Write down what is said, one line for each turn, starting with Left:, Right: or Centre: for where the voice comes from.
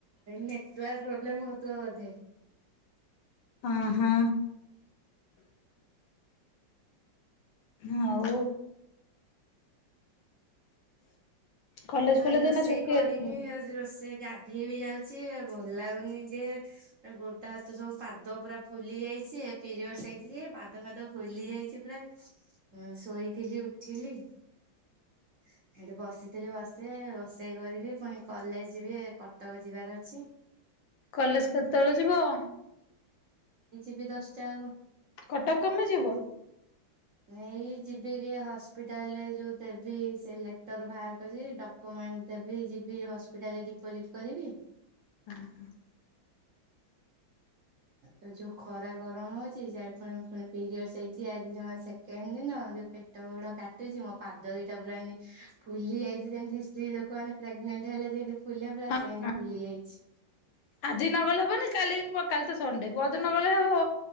Right: ନେଟ କ୍ଲା ପ୍ରୋବ୍ଲେମ ହେଉ ମଧେ <unintelligible>
Left: ହ ହଁ। ହଉ। କଲେଜ
Right: ମୁଁ ତ
Left: ଫଲେଜ
Right: ଏଇ ରୋଷେଇ
Left: ଏଇନା ଛୁଟି
Right: କରିନି।
Left: ଅଛି
Right: ଆ ରୋଷେଇ ଗାଧେଇ ବି ଯାଉଛି। ଭଲ ଲଉନି ଯେ- ଗୋଟା ହାତ ସବୁ ପାଦ ପୁରା ଫୁଲି ଯାଇଛି ପିରିୟଡ ହେଇଛି। ପାଦ ଫାଦ ଫୁଲି ଯାଇଛି ପୁରା।
Left: ହ <inaudible>
Right: ହଁ ଶୋଇଥିଲି ଉଠିଲି ସେଠ ବସି- କଥିଲି ବସିବେ ରୋଷେଇ କରିବି। ପୁଣି କଲେଜ ଯିବି କଟକ ଯିବାର ଅଛି।
Left: କଲେଜ କେତେବେଳେ ଯିବ?
Right: ଯିବି ଦଶଟା ଆଉ।
Left: କଟକ କେମିତି ଯିବ।
Right: ଏଇ ଯିବି ଯେ ହସ୍ପିଟାଲରେ ଯୋଉ ଦେବି ସେ ଲେଟର ବାହାର କରି ଡ <unintelligible> ଦେବି ଯିବି ହସ୍ପିଟାଲରେ ଡିପୋଜିଟ୍ କରିବି
Left: ହୁଁ ହୁଁ <unintelligible>
Right: ତା ଯୋଉ ଖରା ଗରମ ହଉଛି। ପୁଣି ପିରିଅଡ ହେଇଛି ଆଜି ସେକଣ୍ଡ ଦିନ। ଯୋଉ- ହାତ ଗୋଡ଼ କାଟୁଛି। ମୋ ପାଦ ଦିଟା ପୁରା ଏତି ଫୁଲି ଯାଇଛି ଯେମତି ସ୍ତ୍ରୀ ଲୋକମାନେ- ପ୍ରେଗନେଣ୍ଟ ହେଲେ ଯେମିତି ଫୁଲେ ସେଭଡ଼ିଆ
Left: ହଁ
Right: ସେଇମିତି ଫୁଲି ଯାଇଛି।
Left: ଆଜି ନଗଲେ ହବନି, କାଲି କାଲି ତ ସଣ୍ଡେ ପଦ ନ ଗଲେ ହବ।